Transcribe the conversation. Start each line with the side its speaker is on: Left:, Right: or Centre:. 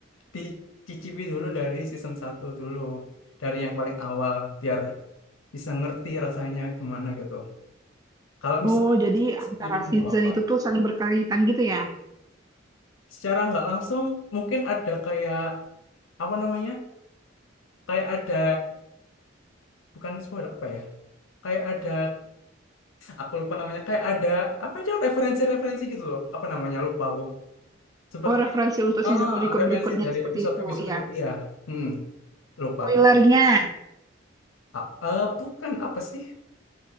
Left: dicicipi dulu dari season satu dulu. Dari yang paling awal biar bisa ngerti rasanya gimana gitu. Kalau misalnya
Right: Oh, jadi
Left: setuju
Right: antara
Left: juga
Right: season
Left: nggak apa-apa.
Right: itu tuh saling berkaitan gitu ya?
Left: Secara nggak langsung mungkin ada kayak apa namanya? Kayak ada bukan spoiler apa ya? Kayak ada aku lupa namanya kayak ada apa itu referensi-referensi gitu loh. Apa namanya? Lupa aku. Seperti
Right: Oh, referensi untuk
Left: ah,
Right: season berikut-berikutnya
Left: referensi dari
Right: seperti
Left: episode-episode
Right: itu, ya.
Left: itu. Iya. Hmm, lupa
Right: Spoilernya.
Left: aku nama. Ah, eh, bukan apa sih?